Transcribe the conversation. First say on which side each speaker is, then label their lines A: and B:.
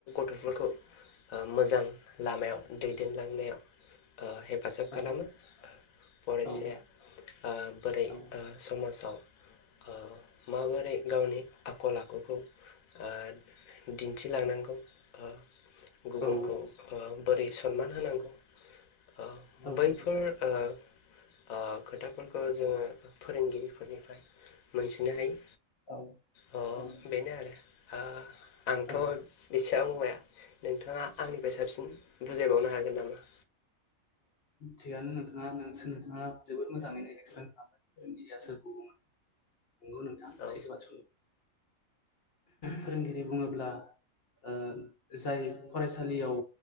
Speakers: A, on the left; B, on the left.
A: गथ'फोरखौ ओ मोजां लामायाव दैदेनलांनायाव ओ हेफाजाब
B: औ
A: खालामो। फरायसाया
B: औ
A: आ बोरै
B: औ
A: ओ समाजाव? ओ माबोरै गावनि आ खलखौ ओ दिन्थिलांनांगौ ओ गुबुनखौ
B: औ
A: बोरै सनमान होनांगौ? ओ
B: औ
A: बैफोर ओ ओ खोथाफोरखौ जोङो फोरोंगिरिफोरनिफ्राय मोनथिनो हायो।
B: औ
A: अ
B: औ।
A: बेनो आरो ओ आंथ'
B: औ
A: बेसेबा बुंबाया नोंथाङा आंनिफ्राय साबसिन बुजायबावनो हागोन नामा?
B: थिगआनो नोंथाङा नोंसोर नोंथाङा जोबोद मोजाङैनो एक्सप्लेन खालामबाय फोरोंगिरिया सोरखौ बुङो? नंगौ नोंथां
A: औ
B: सैथो बाद स फोरोंगिरि बुङोब्ला ओ जाय फरायसालियाव